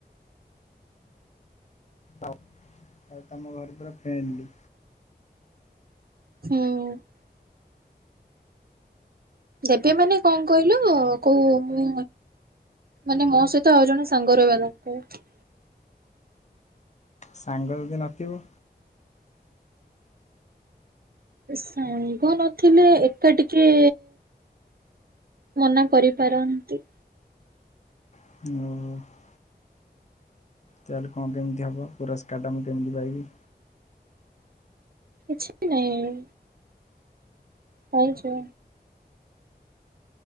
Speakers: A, on the left; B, on the right.
A: ଆଉ ତମ ଘରେ ପୁରା ଫ୍ରେଣ୍ଡଲି।
B: ହୁଁ। ଦେବେ ମାନେ କଣ କହିଲୁ ତ କହୁ ମୁଁ ମାନେ ମୋ ସହିତ ଆଉ ଜଣେ ସାଙ୍ଗ ରହିବା ଦରକାର।
A: ସାଙ୍ଗ ଯଦି ନଥିବ
B: ସାଙ୍ଗ ନଥିଲେ ଏକା ଟିକେ ମନା କରିପାରନ୍ତି।
A: ଉୁଁ ଅ ହ। ତାହେଲେ କଣ କେମତି ହବ ପୁରସ୍କାରଟା ମୁଁ କେମିତି ପାଇବି।
B: କିଛିବି ନାଇଁ। ଖାଇଚ।